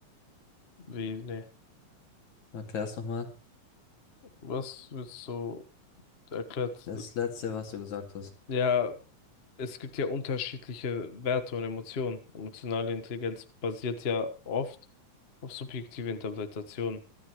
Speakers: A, on the left; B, on the left.
A: Wie, nee.
B: erklär's nochmal.
A: Was willst du erklärt?
B: Das letzte, was du gesagt hast.
A: Ja, es gibt ja unterschiedliche Werte und Emotionen. Emotionale Intelligenz basiert ja oft auf subjektive Interpretationen